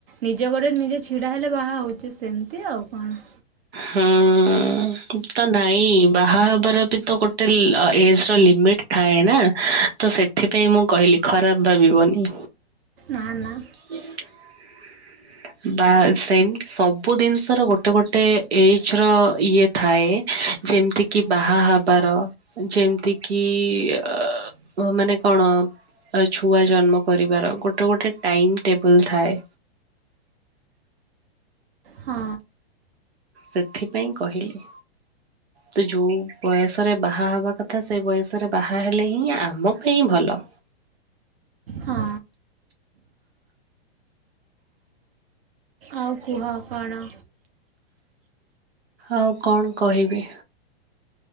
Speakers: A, on the right; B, on the right.
A: ନିଜ ଗୋଡ ରେ ନିଜେ ଛିଡ଼ା ହେଲେ ବାହା ହୋଉଚି ସେମିତି ଆଉ କଣ।
B: ହୁଁ ତ ନାଇଁ ବାହା ହବାର ବି ତ ଗୋଟେ ଲ ଏଜ୍ ର ଲିମିଟ ଥାଏ ନା ତ ସେଥିପାଇଁ ମୁଁ କହିଲି ଖରାପ ଭାବିବନି।
A: ନାଁ ନାଁ।
B: <inaudible> ବା ସେମତି ସବୁ ଜିନିଷ ର ଗୋଟେ ଗୋଟେ ଏଜ ର ଇଏ ଥାଏ ଯେମିତି କିି ବାହା ହବାର। ଯେମିତି କିି ଅ ମାନେ କଣ ଛୁଆ ଜନ୍ମ କରିବାର ଗୋଟେ ଗୋଟେ ଟାଇମ ଟେବଲ ଥାଏ।
A: ହଁ।
B: ସେଥିପାଇଁ କହିଲି। ତ ଯୋଉ ବୟସରେ ବାହା ହବା କଥା ସେ ବୟସରେ ବାହା ହେଲେ ହିଁ ଆମ ହିଁ ଭଲ।
A: ହଁ। ଆଉ କୁହ କଣ।
B: ଆଉ କଣ କହିବି।